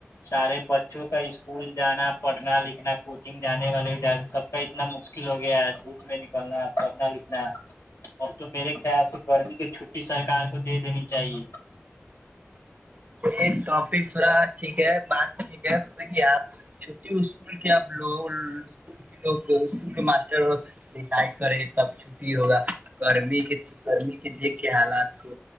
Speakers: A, on the left; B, on the right.
A: سارے بچوں کا اسکول جانا پڑھنا لکھنا کوچنگ جانے والے سب کا اتنا مشکل ہو گیا ہے دھوپ میں نکلنا پڑھنا لکھنا اب تو میرے خیال سے گرمی کی چھٹی سرکار کو دے دینی چاہیے
B: یہ ٹاپک تھوڑا ٹھیک ہے بات ٹھیک ہے آپ چھٹی اسکول کی آپ لوگ اسکول کے لو اسکول کے ماٹر ڈسائڈ کری سب چھٹی ہوگا گرمی کے گرمی کی دیکھ کے حالات کو